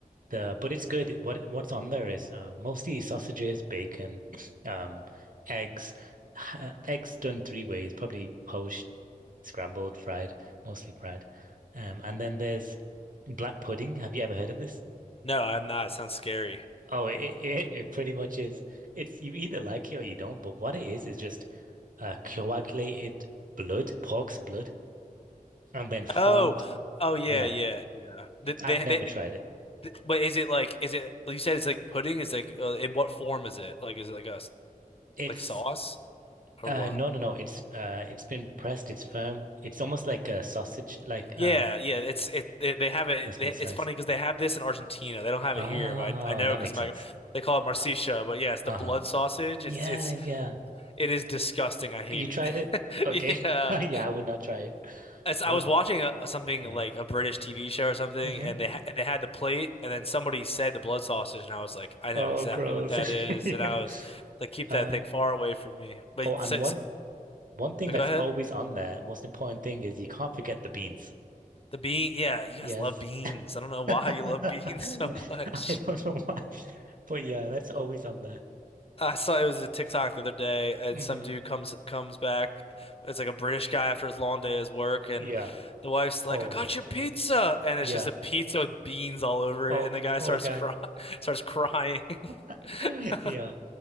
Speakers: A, on the right; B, on the left.
A: The but it's good. What what's on there is um, mostly sausages, bacon, <clears throat> um, eggs, ha- eggs done three ways, probably poached, scrambled, fried, mostly fried. Um, and then there's black pudding. Have you ever heard of this?
B: No, I'm not. It sounds scary.
A: Oh, it, it it pretty much is. It's you either like it or you don't. But what it is is just uh, coagulated blood, pork's blood, and then formed.
B: Oh, oh yeah,
A: Yeah,
B: yeah, yeah. They, they,
A: I've never
B: they,
A: tried it.
B: but is it like, is it? You said it's like pudding. Is like, uh, in what form is it? Like, is it like a s-
A: It's
B: like sauce or
A: Uh,
B: what?
A: no, no, no. It's uh, it's been pressed. It's firm. It's almost like a sausage, like
B: Yeah,
A: um,
B: yeah, it's it they, they have it.
A: that's
B: They,
A: been sliced.
B: it's funny because they have this in Argentina. They don't have
A: Ah,
B: it here, but I, I know
A: that
B: because
A: makes
B: I'm
A: sense.
B: like they call it morcilla. But yeah, it's
A: Uh-huh.
B: the blood sausage.
A: Yeah,
B: It's it's
A: yeah.
B: it is disgusting. I hate
A: You tried
B: it.
A: it? Okay.
B: <laughs> Yeah,
A: <laughs> Yeah, I would not try it.
B: As I
A: What?
B: was watching a, something
A: Yeah.
B: like a British TV show or something,
A: Mm-hmm.
B: and they ha and they had the plate, and then somebody said the blood sausage, and I was like, I know
A: Oh,
B: exactly
A: gross.
B: what that
A: <laughs>
B: is,
A: Yeah.
B: and I was like, keep
A: Um.
B: that thing far away from me. But
A: Oh, and
B: so,
A: one
B: so,
A: one thing
B: but
A: that's
B: go ahead.
A: always on there, most important thing is you can't forget the beans.
B: The bean, yeah, you
A: Yes.
B: guys love beans. I don't
A: <laughs>
B: know why
A: I
B: you love beans
A: don't
B: <laughs> so much.
A: know why, but yeah, that's always on there.
B: I saw it was a TikTok the other day, and
A: Mm-hmm.
B: some dude comes comes back. It's like a British guy after his long day at his work, and
A: Yeah.
B: the wife's like,
A: Oh
B: "I got you pizza,"
A: man,
B: and
A: yeah.
B: it's just a pizza with beans all over
A: Oh,
B: it, and the guy
A: poor
B: starts
A: guy.
B: cry <laughs> starts crying.
A: <laughs>
B: <laughs>
A: Yeah.